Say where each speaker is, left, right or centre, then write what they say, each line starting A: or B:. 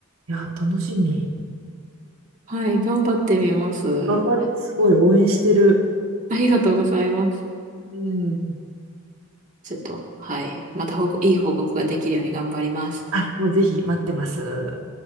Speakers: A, on the right; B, on the right.
A: いや、楽しみ。
B: はい、頑張ってみます。
A: 頑張って、すごい応援してる。
B: ありがとうございます。
A: うん。
B: ちょっと、はい。また報告、いい報告ができるように頑張ります。
A: あ、もうぜひ待ってます。